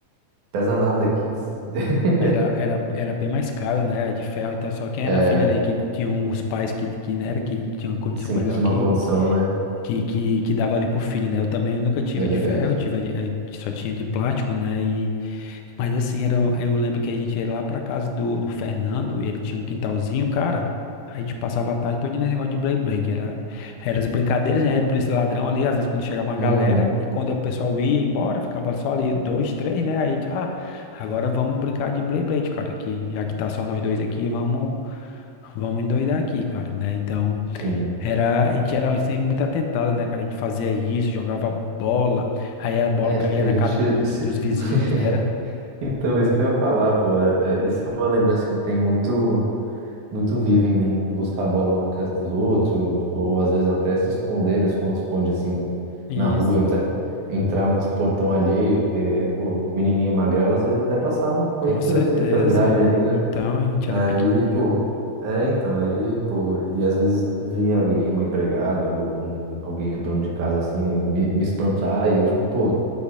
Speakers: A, on the right; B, on the left.
A: pesa nada aqui. <laughs>
B: era, era, era bem mais cara, né? A de ferro. Então, só quem
A: Era.
B: era filho ali que tinham os pais que, que né, era, que, que tinham condição
A: Sim,
B: melhor
A: tinha
B: que,
A: uma condição, né?
B: que, que, que dava ali pro filho, né? Eu também nunca tive
A: É
B: a
A: verdade.
B: de ferro, tive a de- eh, só tinha de plástico, né? e Mas assim, era, eu lembro que a gente ia lá pra casa do, do Fernando, ele tinha um quintalzinho, cara. Aí a gente passava a tarde todo nesse negócio de Blade Blade. Era, era as brincadeiras, né? Polícia e ladrão ali, às vezes quando chegava uma
A: Uhum,
B: galera, e quando o pessoal ia embora, ficava só ali dois, três, né? Aí a gente, ah, agora vamos brincar de Blade Blade, cara, aqui. Já que tá só nós dois aqui, vamos, vamos endoidar aqui, cara, né? Então,
A: sim.
B: era, a gente era assim, muito atentado, né, cara? A gente fazia isso, jogava bola, aí a bola
A: É, acho
B: caía
A: que a
B: na
A: gente
B: casa do, do-
A: se...
B: do- dos vizinhos,
A: <laughs>
B: né?
A: Então, isso que eu ia falar, pô, é- é- isso é uma lembrança que eu tenho muito, muito viva em mim, buscar a bola na casa dos outros, ou às vezes até se esconder no esconde-esconde, assim,
B: Isso,
A: na rua, entra, entrar
B: uhum,
A: nos portão alheio, porque, pô, menininho magrelo, às vezes até passava
B: Com
A: entre
B: certeza.
A: os, entre as grades ali, né?
B: Então, a gente
A: Aí,
B: era pequenininho.
A: pô, é, então, aí, pô, e às vezes vinha alguém, uma empregada, ou um, alguém, dono de casa, assim, me, me espantar, e eu, tipo, pô,